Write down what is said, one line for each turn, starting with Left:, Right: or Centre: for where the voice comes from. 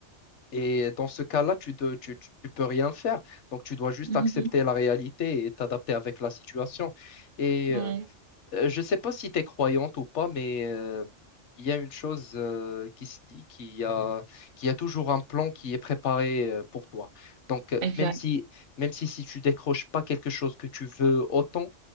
Left: et dans ce cas-là, tu ne tu, tu- tu peux rien faire. Donc, tu dois juste
Right: Mhm.
Left: accepter la réalité et t'adapter avec la situation. Et
Right: Ouais,
Left: euh, euh, je ne sais pas si tu es croyante ou pas, mais euh, il y a une chose euh, qui se dit, qu'il y a, qu'il y a toujours un plan qui est préparé euh, pour toi. Donc, euh,
Right: Exact.
Left: même si, même si, si tu décroches pas quelque chose que tu veux autant,